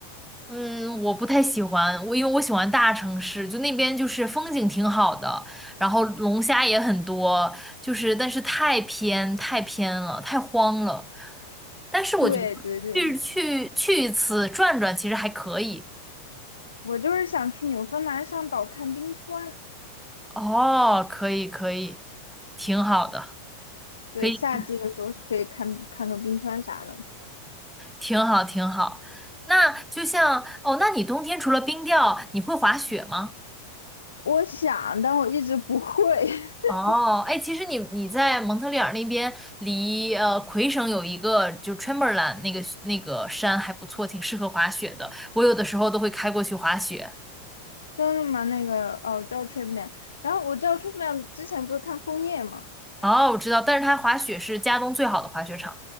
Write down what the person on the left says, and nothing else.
对对对。我就是想去纽芬兰上岛看冰川，
对，
夏季的时候是可以看看个冰川啥的。
我想，但我一直不会。<laughs>
真的吗？那个哦，我知道 Triplan，然后我知道 Triplan 之前不是看枫叶嘛，